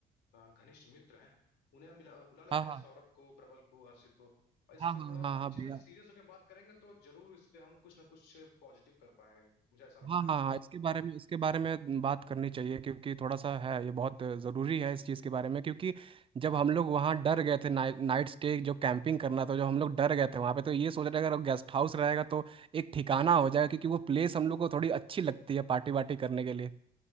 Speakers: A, on the left; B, on the right.
A: अ, घनिष्ठ मित्र हैं उन्हें हम मिला बुला लेते
B: हाँ
A: हैं
B: हाँ
A: सौरभ को प्रबल को हर्षित को और इस
B: हाँ
A: पे थोड़ा
B: हाँ हाँ
A: अच्छे
B: हाँ भैया
A: से सीरियस होकर बात करेंगे तो जरूर इस पे हम कुछ ना कुछ पॉजिटिव कर पाएंगे मुझे ऐसा लगता
B: हाँ
A: है
B: हाँ इसके बारे में इसके बारे में बात करनी चाहिए क्योंकि थोड़ा सा है ये बहुत ज़रूरी है इस चीज़ के बारे में क्योंकि जब हम लोग वहाँ डर गए थे नाइट नाइट स्टे जो कैंपिंग करना था जो हम लोग डर गए थे वहाँ पे तो ये सोच रहे अगर गेस्ट हाउस रहेगा तो एक ठिकाना हो जाएगा क्योंकि वो प्लेस हम लोग को थोड़ी अच्छी लगती है पार्टी वार्टी करने के लिए